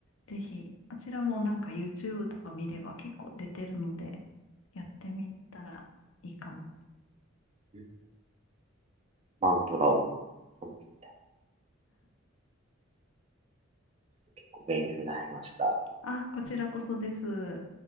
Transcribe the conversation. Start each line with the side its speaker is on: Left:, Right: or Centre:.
Left: ぜひ、あちらもなんか YouTube とか見れば結構出てるので、やってみたらいいかも。
Right: うんマントラを唱えて結構勉強になりました。
Left: あ、こちらこそです。